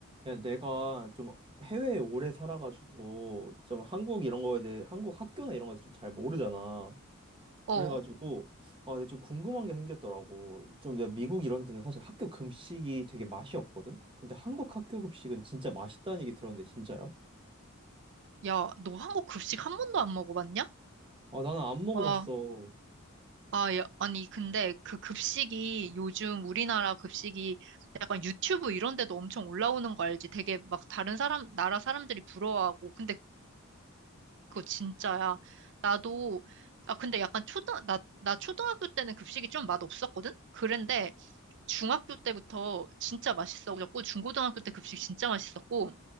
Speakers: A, on the right; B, on the right.
A: 야, 내가 좀 해외에 오래 살아가지고 좀 한국 이런 거에 대해 한국 학교나 이런 거에 좀 잘 모르잖아.
B: 어,
A: 그래가지고 아, 내가 좀 궁금한 게 생겼더라고. 좀 내가 미국 이런 데는 사실 학교 급식이 되게 맛이 없거든. 근데 한국 학교 급식은 진짜 맛있다는 얘기 들었는데 진짜요?
B: 야, 너 한국 급식 한 번도 안 먹어봤냐?
A: 아, 나는 안 먹어봤어.
B: 와, 아, 야, 아니, 근데 그 급식이 요즘 우리나라 급식이 약간 유튜브 이런 데도 엄청 올라오는 거 알지? 되게 막 다른 사람, 나라 사람들이 부러워하고. 근데 그거 진짜야. 나도, 아, 근데 약간 초등, 나, 나 초등학교 때는 급식이 좀 맛없었거든? 그런데 중학교 때부터 진짜 맛있어졌고, 중고등학교 때 급식 진짜 맛있었고,